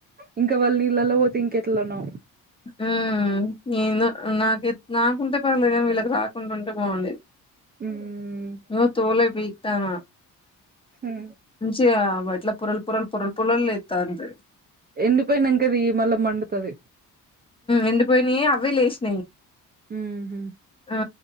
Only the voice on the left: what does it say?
ఉమ్ ఏందో నాక నాకుంటే పర్లేదుగాని వీళ్ళకి రాకుండా ఉంటే బాగుండేది
ఇగో తోలే పిక్తన్న
మంచిగా ఇట్లా పోరల్ పురల్ పురల్ పురల్ లేతంది
ఎండిపోయినయే అవే లేసినాయి
ఆ